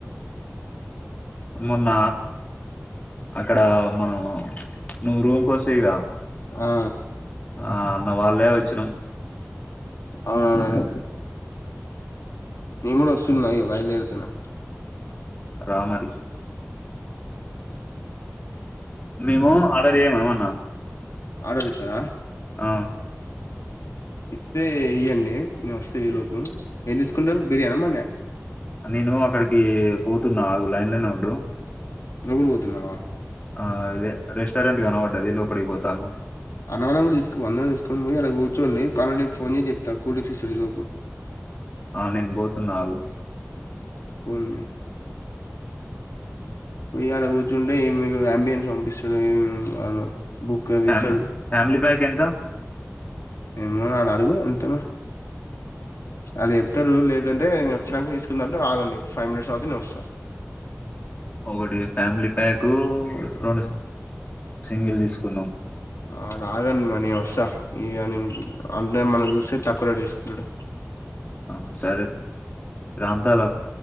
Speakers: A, on the left (about 30°); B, on the left (about 70°).
A: మొన్న అక్కడ మనము నువ్ రూమ్ కోస్తివిగా
B: ఆ
A: ఆ మొన్న వాళ్లే వచ్చినం.
B: అవునవును అదే నేను కూడ వస్తున్నా ఇగ బయలుదేరుతున్న
A: రా మరీ మేము ఆర్డర్ చేయమ ఏమన్నా
B: ఆడరీస్తారా
A: ఆ
B: ఇస్తే ఇయ్యండి నేనొస్తా ఈలోపు ఏం తీసుకుంటారు బిర్యానా మండా
A: నేను అక్కడికి పోతున్నా ఆగు లైన్ లోనే ఉండు
B: లోపల పోతున్నావా
A: ఆ ఇదే రెస్టారెంట్ గన పడ్డది లోపటికి పోత ఆగు
B: అన్నవాళ్ళను కూడా తీసుకుపో అందరిని తీసుకొని పోయి అడ కూర్చోండి కాలంటే నేను ఫోన్ చేసి చెప్తా కూల్ డ్రింక్స్ ఇస్తా ఈ లోపు
A: ఆ నేను పోతున్న ఆగు
B: పోనీ పొయ్యాడ కూర్చుంటే ఏమి యాంబియెన్స్ పంపిస్తాడు ఏమి వాళ్ళు బుక్ అది
A: ఫ్యామి
B: ఇస్తడు
A: ఫ్యామిలీ ప్యాక్ ఎంత
B: ఇంగ కళా అడుగు ఎంతనో ఆయన చెప్తారు లేదంటే నేను వచ్చినంక తీసుకుందాం అంటే ఆగండి ఒక ఫైవ్ మినిట్స్ ఆగితే నేను వస్తా
A: ఒకటి ఫ్యామిలీ ప్యాకు రెండు సి సింగిల్ తీసుకున్నాం
B: ఆడ ఆగమ్మ నేవస్తా ఇ య నేను ఉ అంటే మనం చూస్ తిన్ ఇక్కడ తీసుకున్నడు
A: ఆ సరే ప్రాంతాల